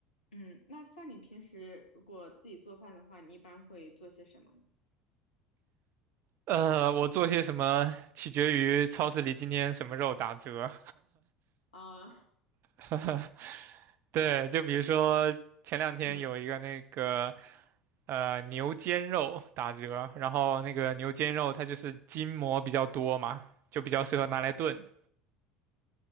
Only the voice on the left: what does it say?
嗯。那像你平时如果自己做饭的话，你一般会做些什么呢？
啊，
嗯